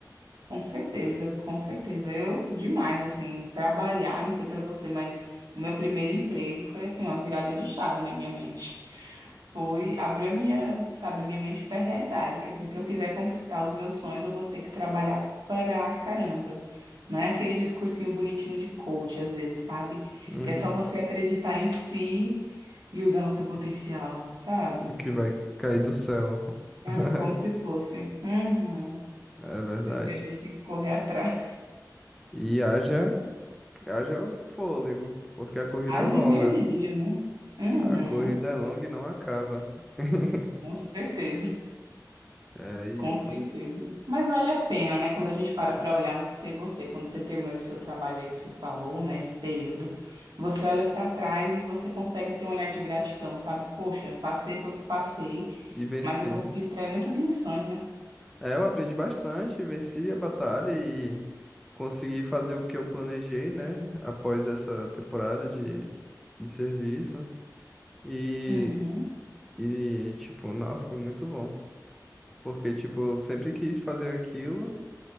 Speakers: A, on the right; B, in the centre.
A: Com certeza, com certeza. Eu, demais, assim, trabalhar, não sei pra você, mas o meu primeiro emprego foi, assim, uma virada de chave na minha mente. <laughs> Foi, abriu a minha, sabe, a minha mente pra realidade, que, assim, se eu quiser conquistar os meus sonhos, eu vou ter que trabalhar pra caramba. Não é aquele discursinho bonitinho de coach, às vezes, sabe?
B: Uhum.
A: Que é só você acreditar em si e usar o seu potencial, sabe?
B: que vai cair do céu.
A: Ah,
B: <laughs>
A: como se fosse. Uhum.
B: É verdade.
A: Tem que- A gente tem que correr <laughs> atrás.
B: E haja, haja fôlego, porque a corrida
A: Haja
B: é longa.
A: energia, né? Uhum,
B: A corrida é longa e não acaba. <laughs>
A: com certeza,
B: É isso.
A: com certeza. Mas vale a pena, né? Quando a gente para para olhar, não sei você, quando você terminou esse seu trabalho aí que você falou, né? Esse período, você olha para trás e você consegue ter um olhar de gratidão, sabe? Poxa, passei pelo que passei,
B: E venci.
A: mas eu consegui extrair muitas lições, né?
B: É, eu aprendi bastante, venci a batalha e consegui fazer o que eu planejei, né? Após essa temporada de, de serviço. E,
A: Uhum,
B: e, tipo, nossa, foi muito bom. Porque, tipo, eu sempre quis fazer aquilo